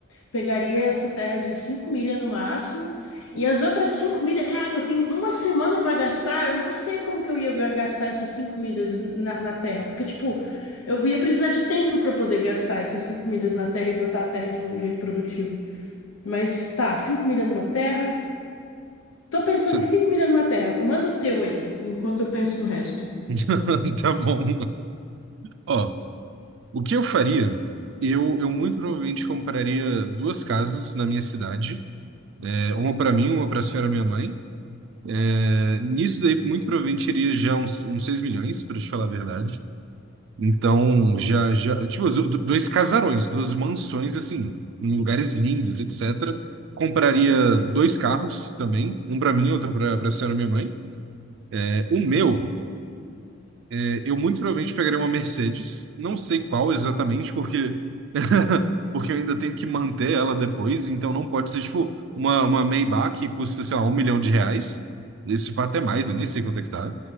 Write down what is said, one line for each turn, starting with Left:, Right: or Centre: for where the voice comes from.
Left: Pegaria essa terra de 5 milhas no máximo. E as outras 5 milhas, caraca, eu tenho uma semana pra gastar. Eu não sei como que eu ia ga- gastar essas 5 milhas na, na terra. Porque, tipo, eu ia precisar de tempo pra poder gastar essas cinco milhas na terra e botar a terra de um jeito produtivo. Mas tá, 5 milhas numa terra. Tô pensando
Right: Você-
Left: em 5 milhas numa terra. Manda o teu aí, enquanto eu penso no resto.
Right: <laughs> Tá bom. Ó, o que eu faria? Eu, eu muito provavelmente compraria duas casas na minha cidade, é, uma para mim, uma para a senhora minha mãe. É, nisso daí, muito provavelmente iria já uns, uns 6 milhões, para te falar a verdade. Então, já, já, tipo, do- do- dois casarões, duas mansões, assim, em lugares lindos, etc. Compraria dois carros também, um para mim, outro para a senhora minha mãe. É, o meu. É, eu muito provavelmente pegaria uma Mercedes, não sei qual exatamente, porque <laughs> porque eu ainda tenho que manter ela depois, então não pode ser tipo uma, uma Maybach que custa, sei lá, um milhão de reais. Esse pá até mais, eu nem sei quanto é que tá.